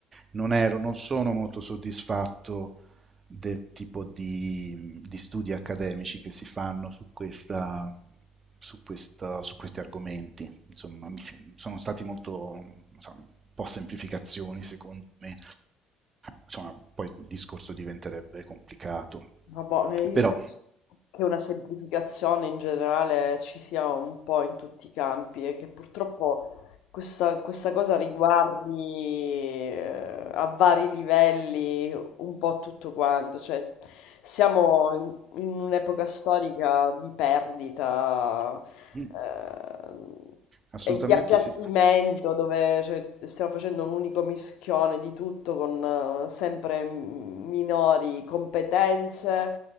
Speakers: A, on the right; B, on the left.
A: non, ero, non sono molto soddisfatto del tipo di, di studi accademici che si fanno su, questa, su, questa, su questi argomenti. Insomma, sono stati molto insomma, un po' semplificazioni, secondo me. Insomma, poi il discorso diventerebbe complicato.
B: Vabbè, eh, io
A: Però
B: penso che una semplificazione in generale ci sia un po' in tutti i campi e che purtroppo questa, questa cosa riguardi eh, a vari livelli un po' tutto quanto, cioè siamo in, in un'epoca storica di perdita
A: <laughs>
B: eh,
A: assolutamente
B: e di appiattimento
A: sì.
B: dove cioè, stiamo facendo un unico mischione di tutto con eh, sempre minori competenze,